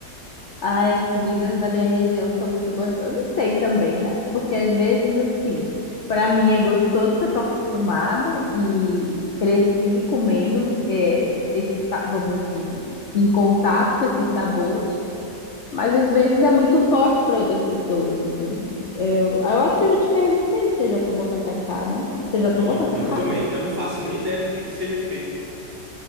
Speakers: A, on the left; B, on the right.
A: Ai, as comidas da minha região são muito gostosas. Não sei também, né? Porque às vezes, assim, pra mim é gostoso que eu tô acostumada e cresci comendo eh, esse, sa- vamos dizer assim, em contato com esses sabores. Mas às vezes é muito forte para outras pessoas, assim. Eu, eu acho que eu já te perguntei se você já tomou tacacá, né? Você já
B: Não,
A: tomou
B: nu-
A: tacacá?
B: nunca tomei. Eu não faço nem ideia do que que seja feito.